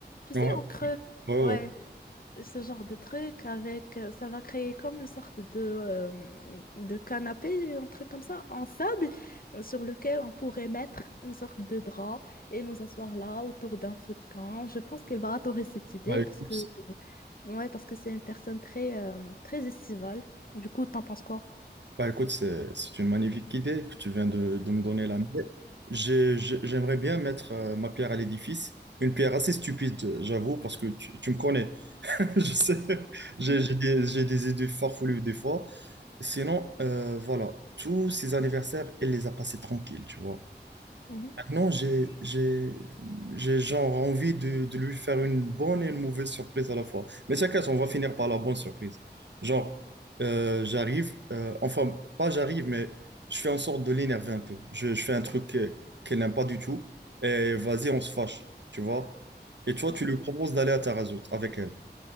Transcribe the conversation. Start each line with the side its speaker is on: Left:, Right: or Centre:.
Left: tu sais,
Right: Ouais,
Left: on creuse.
Right: ouais,
Left: ouais
Right: ouais.
Left: ce genre de truc avec euh, ça va créer comme une sorte de, euh, de canapé, un truc comme ça, en sable, euh, sur lequel on pourrait mettre une sorte de drap et nous asseoir là autour d'un feu de camp. Je pense qu'elle va adorer cette idée
Right: Bah écoute,
Left: parce que
Right: c'est-
Left: euh, ouais, parce que c'est une personne très euh, très estivale. Du coup, t'en penses quoi?
Right: bah, écoute, c'est, c'est une magnifique idée que tu viens de, de me donner la mienne. J'ai- j'ai- J'aimerais bien mettre euh, ma pierre à l'édifice, une pierre assez stupide, j'avoue, parce que tu, tu me connais. <laughs> Je sais, j'ai
Left: Mhm,
Right: j'ai des, j'ai des idées farfelues des fois. Sinon, euh, voilà, tous ces anniversaires, elle les a passés tranquilles, tu vois.
Left: mhm,
Right: Maintenant, j'ai, j'ai, j'ai genre envie de, de lui faire une bonne et une mauvaise surprise à la fois. Mais chacun, on va finir par la bonne surprise. Genre, euh, j'arrive, euh, enfin, pas j'arrive, mais je fais en sorte de l'énerver un peu. Je, je fais un truc que- qu'elle n'aime pas du tout. Et vas-y, on se fâche, tu vois. Et toi,
Left: mhm.
Right: tu lui proposes d'aller à Tarazout avec elle,